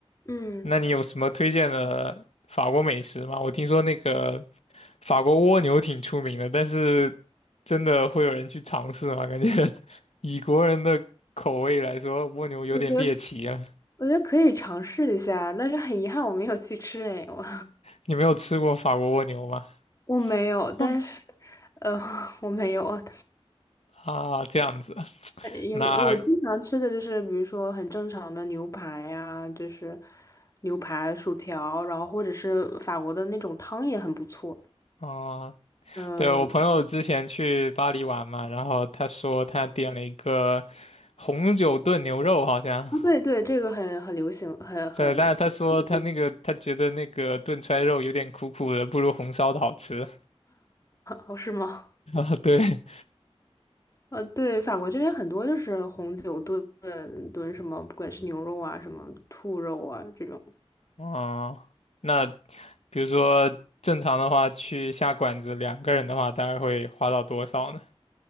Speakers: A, on the left; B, on the left.
A: 嗯，
B: 那你有什么推荐的法国美食吗？我听说那个法国蜗牛挺出名的，但是真的会有人去尝试吗？感觉 <laughs> 以国人的口味来说，蜗牛有点猎奇啊。
A: 我觉得我觉得可以尝试一下，但是很遗憾我没有去吃哎，我
B: 你没有吃过法国蜗牛吗？
A: <laughs> 我没有，
B: <laughs>
A: 但是
B: 嗯
A: <laughs> 我没有，
B: 啊，这样子，
A: 呃有点，
B: 那
A: 呃我经常吃的就是，比如说很正常的牛排呀、就是牛排、薯条，然后或者是法国的那种汤也很不错。
B: 啊，
A: 嗯，
B: 对，我朋友之前去巴黎玩嘛，然后他说他点了一个红酒炖牛肉，好像
A: 啊，对对，这个很很流行，很很
B: 对，但是他说他那个他觉得那个炖出肉有点苦苦的，
A: 很，
B: 不如红烧的好吃
A: <laughs> 是吗？
B: <laughs>。啊，对，
A: 呃，对，法国这边很多就是红酒炖炖什么，不管是牛肉啊、什么兔肉啊这种。
B: 哦，那比如说正常的话，去下馆子两个人的话，大概会花到多少呢？